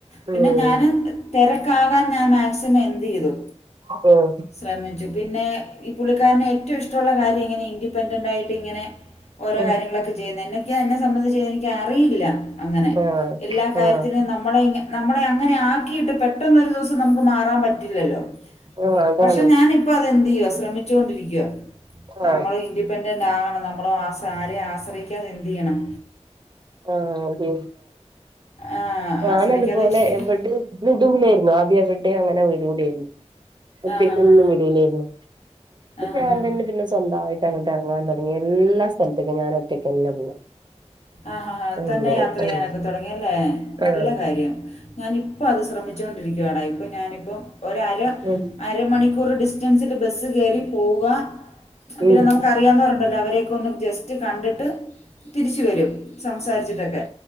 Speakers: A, on the left (about 65°); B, on the right (about 40°).
A: പിന്നെ
B: ഉം
A: ഞാൻ തിരക്കാകാൻ ഞാൻ മാക്സിമം എ തെയ്തു
B: ഉം
A: ശ്രമിച്ചു പിന്നെ പുള്ളിക്കാരന് ഏറ്റവും ഇഷ്ടുള്ള കാര്യം അങ്ങനെ ഇൻിപെൻഡന്റായിട്ടിങ്ങനെ ഓരോ
B: ഉം
A: കാര്യങ്ങളൊക്ക ചെയ്യുന്നതിൻ്റെ എന്നൊക്കെയ എന്നെ സംബന്ധിച്ച് വിചാരിക്ക അറിയില്ല അങ്ങനെ
B: ആഹ്
A: ഇല്ലാ കാര്യത്തിനും
B: ആഹ്
A: നമ്മളെ ഇങ്ങ് നമ്മളെ അങ്ങനെയാക്കിയിട്ട് പെട്ട ന്നു ഒരു ദിവസം നമുക്ക് മാറാൻ പറ്റില്ലല്ലോ
B: ആഹ് അതാണ്
A: പക്ഷെ ഞാനിപ്പോ അതെന്ത് ചെയ്യ ശ്രമിച്ചുകൊണ്ടിരിക്ക
B: ആഹ്
A: നമ്മൾ ഇൻഡിപെൻഡൻറ് ആകണം നമ്മള ആസ ആരെയും ആശ്രയിക്കാതെ എന്തു ചെയ്യണം
B: ആ ഒരി
A: ആഹ്
B: ആ
A: ആശ്രയിക്കാതെ
B: ഞാന് അതുപോലെ
A: ജീവിക്ക
B: എവിടെ ഉന്തുന്നായിരുന്നു ആദ്യംവി ടേം അങ്ങനേ വീടൂലായിരുന്നു ഒച്ചക്കൊന്നും
A: ആഹ് ആഹ്
B: വിടലായിരുന്നു
A: ആഹ്.
B: ഞാൻ
A: ആഹ് ആഹ്.
B: തന്നെ പിന്നെ സ്വന്തമായി ട്ടങ്ങട്ട് ഇറങ്ങാൻ തുടങ്ങിയ എല്ലാ സ്ഥലത്തേക്കും ഞാന് ഒറ്റയ്ക്കന്നെ പോവാ
A: ആഹാഹാ
B: അങ്ങനായി
A: തന്നെ യാത്ര ചെയ്യാനൊക്കെ
B: ആഹ്
A: തുടങ്ങിയല്ലേ നല്ല
B: ആഹ്
A: കാര്യം ഞാന് ഇപ്പ അത് ശ്രമിച്ചോണ്ടിരി ക്കുവാട ഇപ്പ ഞാനിപ്പ ഒരര
B: ഉം
A: അര മണിക്കൂർ ടി സ്റ്റൻസിൽ ബസ് കേറി പോവുക
B: ഉം
A: പിന്നെ നമുക്കറിയാവുന്നണ്ടല്ലോ അവരെയൊക്കെ ഒന്നു ജസ് സ്റ്റ് കണ്ടിട്ട് തിരിച്ചു വരും സംസാരിച്ചിട്ടോക്കെ